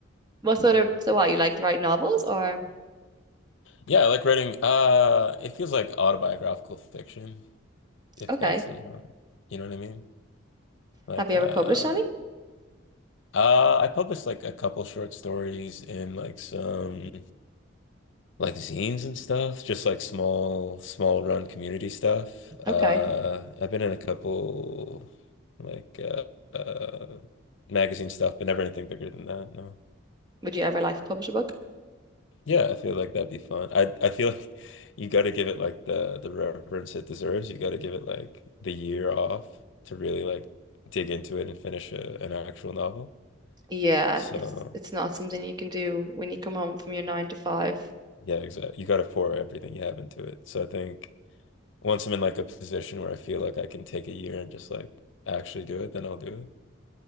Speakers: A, on the right; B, on the left.
A: What sort of, so what, you like to write novels or,
B: Yeah, I like writing. Uh, it feels like autobiographical fiction, if
A: okay.
B: that's a genre. You know what I mean? Like,
A: Have you
B: uh,
A: ever published any?
B: uh, I published like a couple short stories and like some. like zines and stuff, just like small, small run community stuff.
A: Okay.
B: Uh, I've been in a couple like uh, uh, magazine stuff, but never anything bigger than that. No.
A: Would you ever like publish a book?
B: Yeah, I feel like that'd be fun. I I feel like <laughs> you got to give it like the the reverence it deserves. You got to give it like the year off to really like dig into it and finish a, an actual novel.
A: Yeah,
B: So
A: it's it's not something you can do when you come home from your nine to five.
B: yeah, exactly. You got to pour everything you have into it. So I think. Once I'm in like a position where I feel like I can take a year and just like actually do it, then I'll do it.